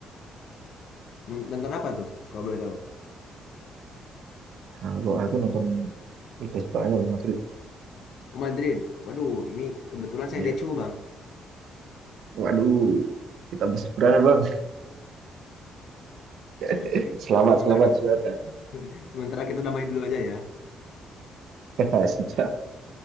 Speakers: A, on the left (about 70°); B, on the right (about 70°).
A: non- nonton apa tuh? Kalau boleh tahu?
B: kalau aku nonton Liga Spanyol Madrid,
A: Oh, Madrid. Waduh, ini kebetulan saya
B: ya.
A: decul Bang.
B: Waduh, kita berseberangan bang.
A: <laughs>
B: <laughs>
A: Tapi
B: Selamat,
A: oh, sementara
B: selamat saudara.
A: <laughs> sementara kita damai dulu aja ya.
B: <laughs> Sejak